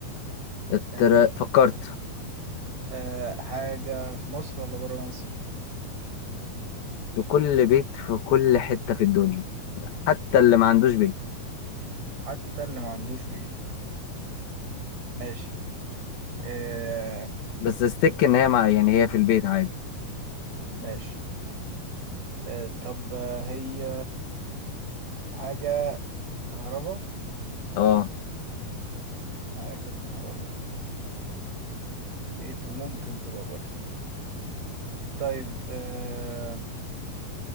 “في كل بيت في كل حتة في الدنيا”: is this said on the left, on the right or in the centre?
Left